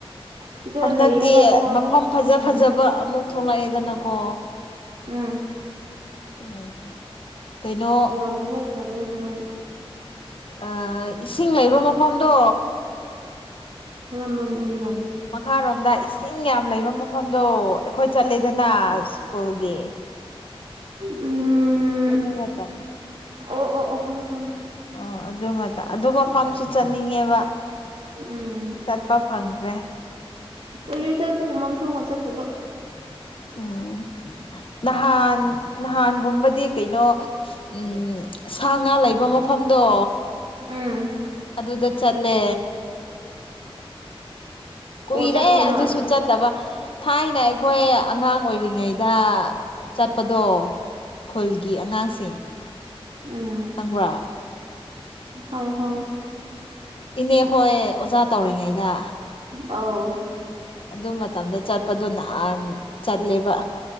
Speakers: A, on the right (about 80°); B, on the left (about 60°).
A: ꯁꯤꯗ
B: ꯍꯟꯗꯛꯇꯤ
A: ꯂꯩꯌꯦ ꯍꯥꯏꯕ ꯋꯥꯅꯦ
B: ꯃꯐꯝ ꯐꯖ
A: ꯎꯝ
B: ꯐꯖꯕ ꯑꯃꯨꯛ ꯊꯣꯛꯂꯛꯑꯦꯗꯅꯀꯣ
A: ꯎꯝ
B: ꯎꯝ ꯀꯩꯅꯣ
A: ꯌꯥꯝ ꯊꯣꯛꯈ꯭ꯔꯕꯅꯦ ꯑꯗꯨꯃꯥꯏꯅ
B: ꯑ ꯏꯁꯤꯡ ꯂꯩꯕ ꯃꯐꯝꯗꯣ
A: ꯀꯔꯝꯕ ꯃꯐꯝꯅꯣ
B: ꯃꯈꯥꯔꯣꯝꯗ ꯏꯁꯤꯡ ꯌꯥꯝ ꯂꯩꯕ ꯃꯐꯝꯗꯣ ꯑꯩꯈꯣꯏ ꯆꯠꯂꯦꯗꯅ ꯁ꯭ꯀꯨꯜꯒꯤ
A: ꯎꯝ
B: ꯑꯗꯨꯗꯣ ꯃ ꯇ <inaudible>
A: ꯑꯣ ꯑꯣ ꯑꯣ ꯈꯪꯉꯦ ꯈꯪꯉꯦ
B: ꯑꯣ ꯑꯗꯨꯃ ꯑꯗꯨ ꯃꯐꯝꯁꯨ ꯆꯠꯅꯤꯡꯉꯦꯕ
A: ꯎꯝ
B: ꯐ ꯐꯪꯗ꯭ꯔꯦ
A: ꯀꯨꯏꯔꯦꯗ ꯑꯗꯨꯒꯨꯝꯕ ꯑꯃ ꯐꯪꯉ ꯆꯠꯇꯕ ꯎ
B: ꯎꯝ
A: <unintelligible>
B: ꯅꯍꯥꯟ ꯅꯍꯥꯟꯒꯨꯝꯕꯗꯤ ꯀꯩꯅꯣ ꯎꯝ ꯁꯥ ꯉꯥ ꯂꯩꯕ ꯃꯐꯝꯗꯣ
A: ꯎꯝ
B: ꯑꯗꯨꯗ ꯆꯠꯂꯦ ꯀꯨꯏꯔꯦ
A: ꯑꯣ ꯆꯠꯄ꯭ꯔꯣ ꯅꯣꯏ
B: ꯑꯗꯨꯁꯨ ꯆꯠꯇꯕ ꯊꯥꯏꯅ ꯑꯩꯈꯣꯏ ꯑꯉꯥꯡ ꯑꯣꯏꯔꯤꯉꯩꯗ ꯆꯠꯄꯗꯣ ꯈꯨꯜꯒꯤ ꯑꯉꯥꯡꯁꯤꯡ
A: ꯎꯝ
B: ꯈꯪꯕ꯭ꯔꯥ
A: ꯈꯪꯉꯦ ꯈꯪꯉꯦ
B: ꯏꯅꯦ ꯍꯣꯏ ꯑꯣꯖꯥ ꯇꯧꯔꯤꯉꯩꯗ
A: ꯑꯥꯎ
B: ꯑꯗꯨ ꯃꯇꯝꯗ ꯆꯠꯄꯗꯣ ꯅꯍꯥꯟ ꯆꯠꯂꯦꯕ